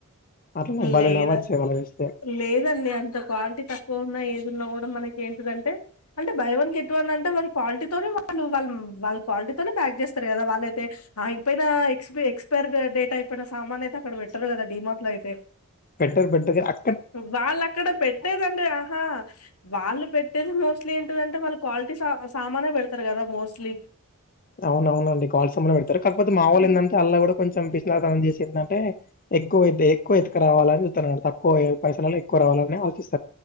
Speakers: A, on the left (about 40°); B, on the left (about 85°).
A: అట్లా నాకు భలే
B: లేదా
A: నవ్వొచ్చేది అలా చూస్తే
B: లేదండి అంత క్వాలిటీ తక్కువ ఉన్నా ఏదున్న కూడ మనకి ఏంటిదంటే అంటే బై వన్ గెట్ వన్ అంటే వా క్వాలిటీతోనే వాళ్ళు వాళ్ళ క్వాలిటీతోనే ప్యాక్ చేస్తారు కదా వాళ్ళయితే అయిపోయిన ఎక్స్ ఎక్స్పైర్ డేట్ అయి ప్పడన సామాన్ అయితే అక్కడ పెట్టరు కదా డిమార్ట్ లో అయితే
A: పెట్టారుపెటరే అ
B: వాళ్ళు అక్కడ పెట్టేదండి ఆహా వాళ్ళు పెట్టేది మోస్ట్లీ ఏంటిదంటే వాళ్ళు క్వాలిటీ సా సామానే పెడతారు కదా మోస్ట్లీ
A: అవునవునండి కాల్స్ ఏమన్నా పెడతరు కాకపోతే మా వాళ్ళు
B: హ్మ్.
A: ఏందంటే అళ్ల కూడా కొంచెం పిసినారి తనం చేసిందంటే ఎక్కువ ఎక్కువ ఎతుక రావాలని చూత్తరన మాట తక్కువ పైసలల్ల ఎక్కువ వాలానే ఆలోచిస్తా